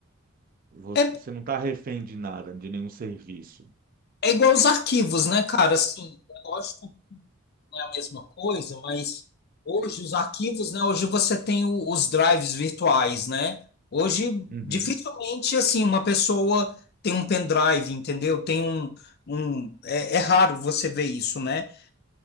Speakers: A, on the right (about 45°); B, on the left (about 50°).
A: Você
B: É,
A: você não está refém de nada, de nenhum serviço.
B: é igual os arquivos, né, cara? Assim, é lógico não é a mesma coisa, mas hoje os arquivos, né? Hoje você tem o- os drives virtuais, né? Hoje
A: Uhum.
B: dificilmente assim uma pessoa tem um pendrive, entendeu? Tem um, um é, é raro você ver isso, né?